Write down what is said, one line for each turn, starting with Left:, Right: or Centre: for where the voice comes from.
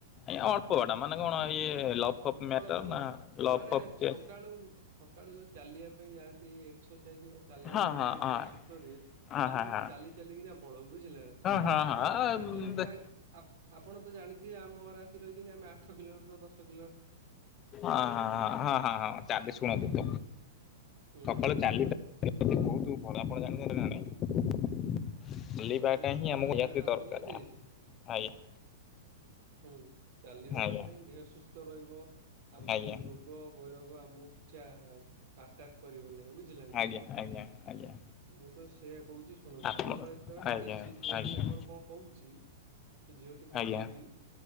Left: ଆଜ୍ଞା ଅଳ୍ପ ବାଟ ମାନେ କଣ ଇଏ ଲଭ ଫପ ମ୍ୟାଟର
Right: ଅଳ୍ପ ବାଟ
Left: ନା ଲଭ୍
Right: ମାନେ
Left: ଫପ କେ
Right: ସକାଳୁ ଉଁ ସକାଳୁ ଯୋଉ ଚାଲିବା ପାଇଁ ଯାଆନ୍ତି ଏକ୍ସରସାଇଜ ଚାଲିବାକୁ
Left: ହଁ
Right: ଗଲେ
Left: ହଁ
Right: ଯୋଉ
Left: ହଁ
Right: ଦେହ ସୁସ୍ଥ ରୁହେ
Left: ହଁ
Right: ଆମେ
Left: ହଁ
Right: ଏମିତି
Left: ହଁ
Right: ଚାଲି ଚାଲିକି ନା ପଳଉ ବୁଝିଲେ ନା।
Left: ହଁ ହଁ
Right: ଆମେ
Left: ହଁ।
Right: ତ ପାଞ୍ଚ କିଲୋମିଟର
Left: ଦେଖ
Right: ଆଏ। ଆ-ଆପଣ ତ ଜାଣିଥିବେ ଆମ ଘରେ ଆସି ରହିଛନ୍ତି ଆମେ ଆଠ କିଲୋମିଟର, ଦଶ କି
Left: ଅ ହଁ ହଁ ହଁ ହଁ ହଁ ଚାନ୍ଦି ଶୁଣନ୍ତୁ ତ
Right: ହୁଁ
Left: ସକାଳୁ ଚାଲି <inaudible> ବହୁତ ଭଲ ଆପଣ ଜାଣିଛନ୍ତି ନା ନାଇ। ଚାଲିବା
Right: ହୁଁ
Left: ଟା ହିଁ
Right: ଚାଲିବା
Left: ଆମକୁ ନିହାତି
Right: ଟା
Left: ଦରକାର
Right: ଭଲ ଯେ
Left: ଆ ଆଜ୍ଞା।
Right: ଶୁଣନ୍ତୁ ଚାଲିବାଟା
Left: ଆଜ୍ଞା
Right: ପାଇଁ ଦେହ ସୁସ୍ଥ ରହିବ ଆମ
Left: ଆଜ୍ଞା
Right: ଯୋଉ ରୋ ଗ ବୈରୋଗ ଆମକୁ କିଛି ଆ-ଆଟାକ୍ କରିବ ନାହିଁ ବୁଝିଲେ ନା।
Left: ଆଜ୍ଞା ଆଜ୍ଞା ଆଜ୍ଞା
Right: ମୁଁ ତ ସେୟା କହୁଛି ଶୁଣନ୍ତୁ
Left: ଆପଣ
Right: ତାଙ୍କ ଘର ଏତେ ବାଟ
Left: ଆଜ୍ଞା
Right: ଯେ ସିଏ ଝିଅ
Left: ଆଜ୍ଞା
Right: ଟି ଆମର କ କଣ କହୁଛି ସେ ଝିଅଟି କହୁଛି
Left: ଆଜ୍ଞା
Right: କି।